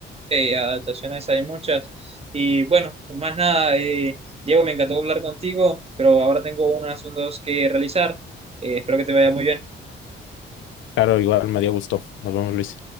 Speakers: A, on the right; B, on the left.
A: Eh, adaptaciones hay muchas. Y bueno, pues más nada, eh, Diego, me encantó hablar contigo, pero ahora tengo unos asuntos que realizar. Eh, espero que te vaya muy bien.
B: Claro, igual me dio gusto. Nos vemos, Luis.